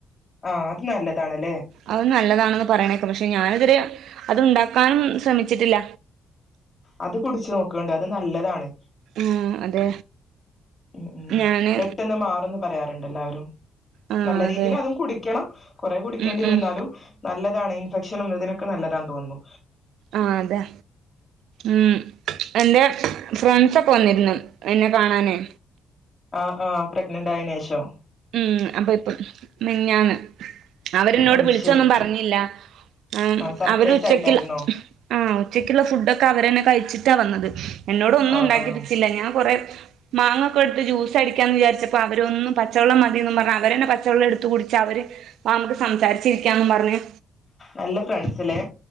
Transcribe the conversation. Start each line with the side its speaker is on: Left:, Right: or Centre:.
Left: ആഹ് അത് നല്ലതാണ്ല്ലേ?
Right: അത് നല്ലതാണെന്ന് പറയണേക്ക പക്ഷെ ഞാനിത് വരെ അത്ണ്ടാക്കാനും ശ്രമിച്ചിട്ടില്ല.
Left: അത് കുടിച്ച് നോക്കോണ്ടു അത് നല്ലതാണ്.
Right: ളം അതെ
Left: ഉ ഉം
Right: ഞാന്
Left: പെട്ടെന്ന് മാറുംന്ന് പറയാറുണ്ടെല്ലാവരും
Right: ആ
Left: നല്ല
Right: അതെ
Left: രീതിയിലതും കുടിക്കണം കൊറേ കുടിക്കേണ്ടി
Right: ഉം
Left: വരുന്നാലും
Right: ഉം
Left: നല്ലതാണ് ഇൻഫെക്ഷനും ഇതിനൊക്കെ നല്ലതാ തോന്ന്ന്നു
Right: ആഹ് അതെ ഉം എന്തെ ഫ്രണ്ട്സൊക്കെ വന്നിരുന്നു എന്നെ കാണാനേ
Left: ആഹ് ആഹ് പ്രഗ്നന്റായേനേഷം
Right: ഉം അപ്പൊ ഇപ്പം മിനിഞ്ഞാന്ന് അവരിന്നോട്
Left: അത്
Right: വിളിച്ചൊന്നും
Left: ശരി
Right: പറഞ്ഞില്ല ആ
Left: സർപ്രൈസ്
Right: അവരു ഉച്ചക്കിള്ള
Left: ആയിട്ടായിരുന്നോ
Right: ആഹ് ഉച്ചയ്ക്കുള്ള ഫുഡൊക്കെ അവരന്നെ കഴിച്ചിട്ടാ വന്നത് എന്നോട് ഒന്നും
Left: ആഹ്
Right: ഉണ്ടാക്കിപ്പിച്ചില്ല
Left: ആഹ്
Right: ഞാൻ കൊറെ മാങ്ങക്കെട്ത്ത് ജ്യൂസടിക്കാന്ന് വിചാരിച്ചപ്പോ അവരൊന്നും പച്ചവെള്ളം മതീന്നും പറഞ്ഞ് അവരെന്നെ പച്ചവെള്ളം എടുത്ത് കുടിച്ച് അവര് വാമ്മക്ക് സംസാരിച്ചിരിക്കാന്നും പറഞ്ഞ്
Left: നല്ല ഫ്രണ്ട്സ് ലേ